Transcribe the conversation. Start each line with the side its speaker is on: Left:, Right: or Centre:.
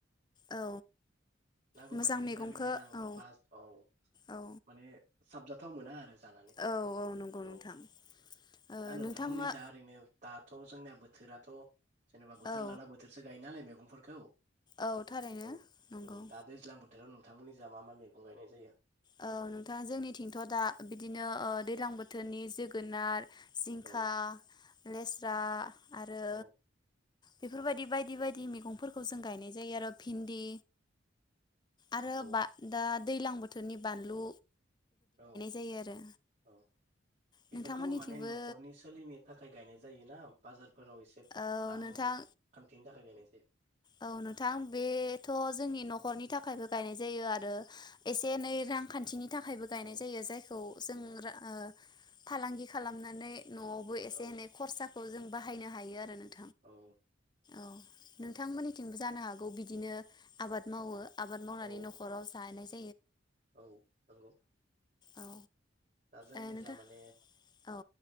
Left: औ
Right: नांगौ
Left: मोजां
Right: बायदि
Left: मैगंखौ
Right: भिटामिन गोनां
Left: औ
Right: बा औ
Left: औ
Right: माने साबजाथाव मोना आरो जानानै
Left: औ नंगौ
Right: औ
Left: नोंथां ओ
Right: दा नोंथांमोननि
Left: नोंथाङा
Right: जा ओरैनो दाथ जोंनिया बोथोराथ जेनबा बोथोर
Left: औ
Right: लाला बोथोरसो गाय नालाय मे गंफोरखौ
Left: औ थारैनो
Right: औ
Left: नंगौ
Right: ओ दा दैज्लां बोथोराव नोंथांमोननि जा मा मा मैगं गायनाय जायो
Left: औ नोंथां जोंनिथिंथ' दा बिदिनो अ दैलां बोथोरनि जोगोनार जिंखा
Right: औ
Left: लेस्रा आरो
Right: औ
Left: बेफोरबायदि बायदि बायदि मैगंफोरखौ जों गायनाय जायो आरो भिन्दि आरो
Right: औ
Left: बाग दा दैलां बो थोरनि बानलु
Right: औ
Left: जायो आरो
Right: औ बेफोरखौ
Left: नोंथांमोननिथिंबो
Right: माने न'खरनि सोलिनो थाखाय गायनाय जायोना बाजार फोराव एसे
Left: औ
Right: रांखान्थिनि
Left: नोंथां
Right: थाखाय गायनाय थेब
Left: औ नोंथां बे थ' जोंनि न'खरनि थाखायबो गायनाय जायो आरो एसे एनै रांखान्थिनि थाखायबो गायनाय
Right: औ
Left: जायो जायखौ जों ओ अ फालांगि खालामनानै न'आवबो एसे
Right: औ
Left: एनै खरसाखौ जों बाहायनो हायो आरो नों
Right: औ
Left: औ नों थांमोननिथिंबो जानो हागौ बिदिनो आबाद मावो आबाद मावनानै
Right: औ
Left: न'खराव जानैसो
Right: औ नंगौ
Left: औ
Right: दा जोंनि
Left: ओ नोंथां
Right: जा माने
Left: औ